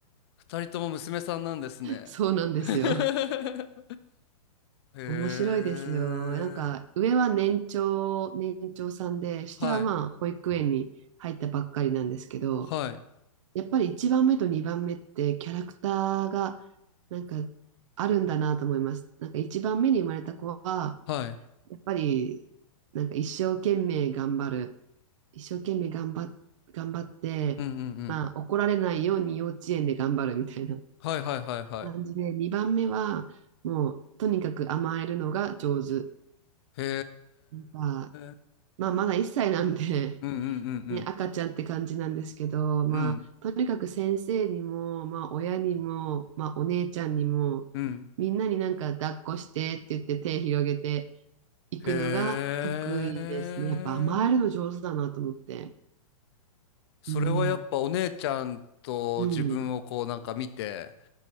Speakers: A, on the left; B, on the right.
A: 二人とも娘さんなんですね。
B: そうなんですよ。
A: <laughs> へえ。
B: 面白いですよ。なんか、上は年長、年長さんで、下はまあ、
A: はい、
B: 保育園に入ったばっかりなんですけど、
A: はい、
B: やっぱり1番目と2番目ってキャラクターがなんかあるんだなと思います。なんか1番目に生まれた子は、
A: はい。
B: やっぱり、なんか一生懸命頑張る。一生懸命頑張っ、頑張って、
A: うんうんうん。
B: まあ怒られないように幼稚園で頑張るみたいな
A: はいはいはいはい。
B: 感じで、2番目はもうとにかく甘えるのが上手。
A: へ
B: なんか、
A: え。
B: まあまだ1歳なんで、
A: うんうんう
B: <laughs> ね、赤ちゃんって感じなんですけど、
A: ん
B: まあとにかく先生にも、
A: うん。うん
B: まあ親にも、まあお姉ちゃんにも、
A: うん。
B: みんなになんか抱っこしてって言って手広げて、行くのが得意ですね。
A: へえ。
B: やっぱ甘えるの上手だなと思って。
A: それはやっぱお姉ちゃんと自分をこうなんか見て、
B: うん。うん。